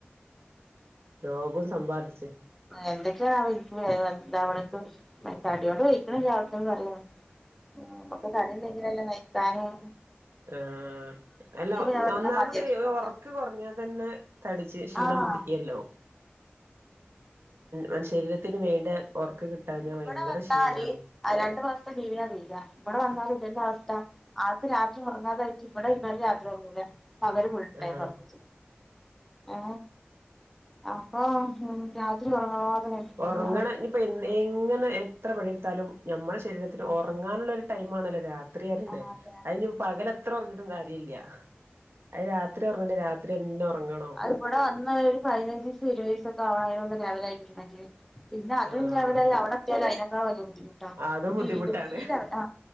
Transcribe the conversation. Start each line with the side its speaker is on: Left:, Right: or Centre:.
Right: രോഗം സമ്പാദിച്ച്
Centre: എന്തൊക്കെയാണ് വീട്ടിൽ ഇണ്ടാവണേ മെന്താടിയ കൊണ്ട് പോഴ ജാഗത്തന്ന് പറയണ ആ നമക്കു കടേന്നു എന്തെങ്കിലുമല്ല കഴി ക്കാനും
Right: ആഹ അല്ല
Centre: ഞാൻ പറയും
Right: ഒന്നാമതേ
Centre: മതിയാക്കിക്കോന്ന്
Right: ഉറക്കം കുറഞ്ഞാ തന്നെ പിന്നെ തടിച്ചു ക്ഷീണം
Centre: ആഹ്
Right: പിടിക്കുമ ല്ലോ മനുഷ്യ ശരീരത്തിനന് വേണ്ട ഉറക്ക് കിട്ടാഞ്ഞാ
Centre: ഇവിടെ
Right: ഭയങ്കര
Centre: വന്നല്
Right: ക്ഷീണാണ്
Centre: രണ്ടു മാസത്തെ ലീവിനാ വരി ക ഇവിടെ വന്നാലല് അവസ്ഥ ആൾക്ക് രാത്രി ഉറങ്ങാതായി് ഇവ ടെ ഇരുന്നാലും രാത്രി ഉറങ്ങൂല അവര വിളട്ടായി
Right: ആ
Centre: പറഞ്ഞു ചെയ ആ <inaudible> അപ്പൊ രാത്രി ഉറങ്ങാതെ ഞാൻ പറയും
Right: ഉറങ്ങണം ഇനി പ്പൊ ഇങ്ങനെ എത്ര പണിയെടുത്താലും നമ്മുടെ ശരീരത്തിന് ഉറങ്ങാനുള്ള ഒരു ടൈം ആണല്ലോ രാത്രി രാത്രി തന്നെ
Centre: ആഹ് അതെ
Right: അതിന് പകല എത്ര ഉറങ്ങിട്ടുംകാര്യമില്ല ഇല്ല അത് ഉറങ്ങണ്ടേ രാത്രി ഉറങ്ങണോ
Centre: അത് ഇവിടെ വന്നു ഒരു പതിനഞ്ച് ദിവസം ഇരുപത്തുദിവസം ഒക്കെ ആവണം ല ആയിട്ടിട്ടണ്ടെങ്കിൽ <inaudible> പിന്നെ അതും
Right: ആഹ്
Centre: ലെവലായി അവിടെ എത്തിയാ ലോ അതിനെ ക്കായി ആ തോ ബുദ്ധിമുട്ട
Right: അതും
Centre: ഇത്
Right: ബുദ്ധിമുട്ടാണ്
Centre: ഇത് ഈ ആ